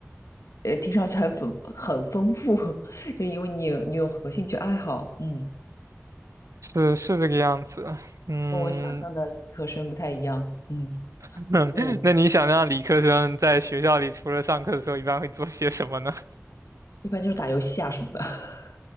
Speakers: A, on the left; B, on the right.
A: 呃，听上去还丰很丰富，<laughs> 就因为你有你有很多兴趣爱好，嗯，
B: 是是这个样子。嗯，
A: 跟我想象的理科生不太一样，嗯嗯，
B: <laughs>
A: 我
B: 那你想让理科生在学校里除了上课的时候，一般会做些什么呢？
A: 一般就是打游戏啊什么的。<laughs>